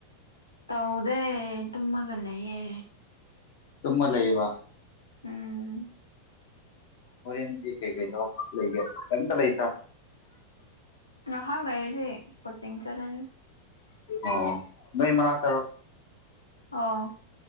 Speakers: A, on the left; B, on the left.
A: ꯇꯧꯗꯦ ꯇꯨꯝꯃꯒꯂꯌꯦ
B: ꯇꯨꯃ ꯂꯩ ꯂꯩꯕ
A: ꯎꯝ
B: ꯍ ꯀꯩ ꯀ ꯂ ꯀꯝꯇ ꯂ ꯇ
A: ꯉꯍꯥꯛ ꯂꯩꯔꯤꯁꯦ ꯀꯣꯆꯤꯡ ꯆꯠꯂꯅꯤ
B: ꯑꯣ ꯅꯣꯏ ꯃꯅꯥ ꯇꯔꯣ
A: ꯑ